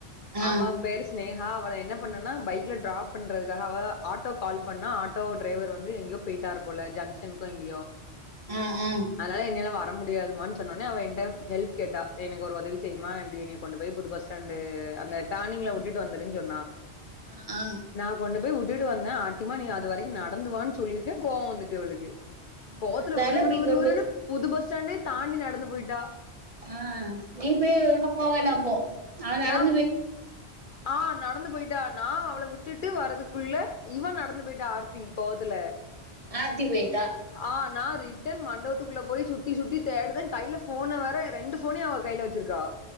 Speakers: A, on the right; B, on the left.
A: ஆ
B: அவா பேர் ஸ்னே கா அவள என்ன பண்ணன்னா பைக்ல ட்ராப் பண்றதுக்காக அவ ஆட்டோக் கால் பண்ணா ஆட்டோ ட்ரைவர் வந்து எங்யோ போய்ட்டாரு போல ஜங்க்ஷன்க்கோ எங்யோ
A: ஆ ஆ ஆ
B: அதுனால என்யால வர முடியாதுமான் சொன்னொன்னே அவ என்ட ஹெல்ப் கேட்டா எனக் ஒரு ஒதவி செய்மா இப்டி என்னிய கொண்டு போய் புது பஸ் டாண்டு அந்த டார்னிங்ல உட்டுட்டு வந்துருன் சொன்னா
A: ஆ
B: நா கொண்டு போய் வுட்டுட்டு வந்தே ஆர்த்திமா நீ அது வரைக்கு நடந்து வா சொல்லீர்க்கே கோவோ வந்துட்டு அவளுக்கு
A: ம்,
B: கோவத்துல
A: அந்த
B: விரு
A: அளவுக்கு
B: விரு விரு
A: கொண்டு
B: விருனு புது பஸ்டாண்டே தாண்டி நடந்து போய்ட்டா
A: ஆ நீ போய் <inaudible> போவேல அப்போ அவ நடந்து
B: நாம்
A: போய்
B: ஆ நடந்து போய்ட்டா நா அவள விட்டுட்டு வரதுக்குள்ள இவ நடந்து போய்ட்டா ஆர்த்தி கோவத்துல
A: ஆர்த்தி போய்ட்டா
B: ஆ நா ரிட்டன் மண்டபத்துக்குள்ள போய் சுத்தி சுத்தி தேடுறே கைல ஃபோன வேர எ ரெண்டு ஃபோனயு அவ கைல வெச்சிருக்கா